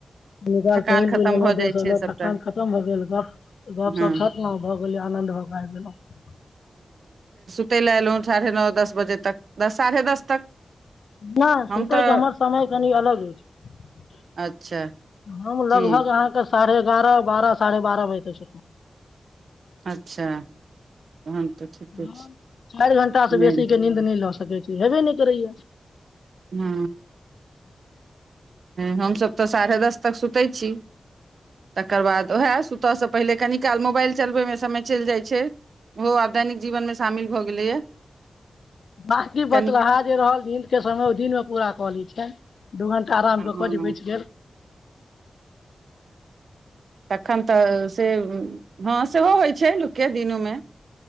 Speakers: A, on the left; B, on the right.
A: निकाल
B: थकान
A: टहल
B: खतम
A: बुल लेलहुँ
B: भऽ
A: दरस
B: जाइ छै सभटा
A: थकान खतम भऽ गेल गप गपप
B: हँ
A: छटलहु भऽ गेलै आनन्द भऽ कऽ आबि गेलहु।
B: कतहि लए एलहुँ साढ़े नओ दस बजे तक दस साढ़े दस तक
A: नहि
B: हम
A: सुतैके
B: तऽ
A: हमर समय कनि अलग अछि।
B: अच्छा
A: हम
B: की
A: लगभग अहाँके साढ़े एगारह बारह साढ़े बारह बज तऽ छै
B: अच्छा। तहन तऽ ठीके
A: ह
B: छै
A: चारि घंटा से
B: नहि
A: बेसी के नींन्द नहि ल सै छै हेबे नहि करैय।
B: हँ। हमसभ तऽ साढ़े दस तक सुतै छी तकर बाद उएह सुतयसँ पहिले कनि काल मोबाइल चलबैमे समय चलि जाइत छै ओहो आब दैनिक जीवनमे शामिल भऽ गेलैए
A: बकी
B: कनिक
A: बतलाहा जे रहल नीद के समय ओहि दिनमे पूरा कऽ लैत छियनि। दू घण्टा आराम
B: हँ
A: कऽ कऽ जे बचि गेल
B: तखन तऽ से हँ सेहो होइत छै लोकके दिनूमे